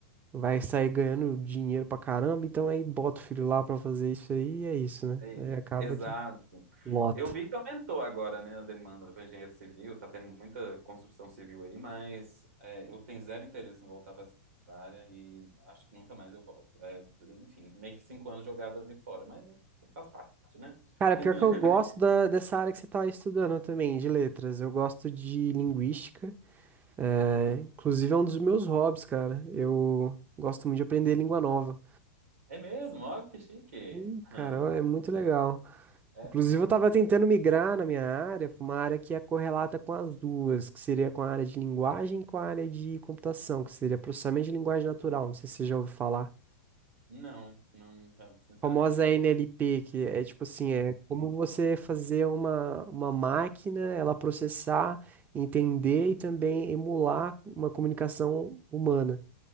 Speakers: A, on the right; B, on the right.
A: vai sair ganhando dinheiro pra caramba, então aí bota o filho lá pra fazer isso aí e é isso, né?
B: é,
A: Aí acaba
B: exato.
A: que lota.
B: Eu vi que aumentou agora, né, a demanda para engenheiro civil, tá tendo muita construção civil aí, mas é, eu tenho zero interesse em voltar para essa área e acho que nunca mais eu volto. É, enfim, meio que cinco anos jogado ali fora, mas é, faz parte, né?
A: Cara,
B: <laughs>
A: pior que eu gosto da, dessa área que você tá estudando também, de letras. Eu gosto de linguística. É,
B: Aham.
A: inclusive é um dos meus hobbies, cara. Eu gosto muito de aprender língua nova.
B: É mesmo? Ó, que chique.
A: Hum,
B: Aham.
A: cara, é muito legal.
B: É.
A: Inclusive,
B: hum,
A: eu tava tentando migrar na minha área pra uma área que é correlata com as duas, que seria com a área de linguagem e com a área de computação, que seria processamento de linguagem natural. Não sei se você já ouviu falar.
B: Não, não, sinceramente
A: famosa
B: não.
A: NLP, que é tipo assim, é como você fazer uma, uma máquina, ela processar, entender e também emular uma comunicação humana.